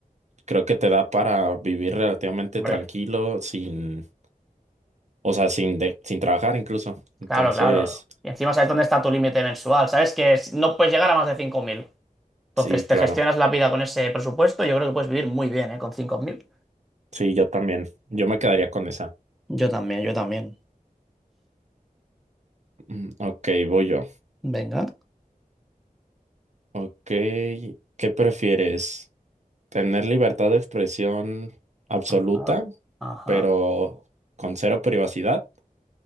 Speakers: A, on the right; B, in the centre.
A: creo que te da para vivir relativamente
B: hombre.
A: tranquilo, sin, o sea, sin, de- sin trabajar incluso, entonces...
B: Claro, claro. Y encima sabes dónde está tu límite mensual. Sabes que es- no puedes llegar a más de cinco mil. Entonces
A: Sí, claro.
B: te gestionas la vida con ese presupuesto. Yo creo que puedes vivir muy bien, ¿eh? Con 5.000.
A: Sí, yo también. Yo me quedaría con esa.
B: Yo también, yo también.
A: Mm, Ok, voy yo.
B: Venga.
A: Ok, ¿qué prefieres? ¿Tener libertad de expresión absoluta,
B: Ajá, ajá.
A: pero con cero privacidad?